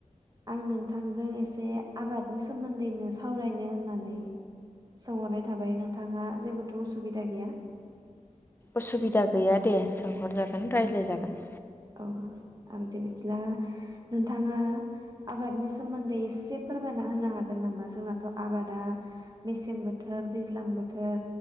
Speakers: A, on the right; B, on the left.
A: आं नोंथांजों एसे आबादनि सोमोन्दैनो सावरायनो होननानै सोंहरनाय थाबाय नोंथाङा जेबोथ' उसुबिदा गैया?
B: असुबिदा गैया दे सोंहरजागोन रायज्लायजागोन
A: औ औ आदि बिदिब्ला नोंथाङा आबादनि सोमोन्दै एसे फोरमायना होनो हागोन नामा जोंनाथ' आबादा मेसें बोथोर दैज्लां बोथोर